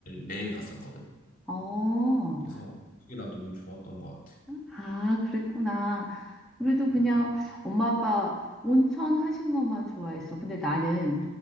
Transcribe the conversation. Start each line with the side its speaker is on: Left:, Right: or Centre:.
Left: 매일 갔었거든.
Centre: 어.
Left: 그래서 그게 나 너무 좋았던 것 같아.
Centre: 아, 그랬구나. 우리도 그냥
Left: 음, 음,
Centre: 엄마 아빠 온천 하신 것만 좋아했어. 근데 나는,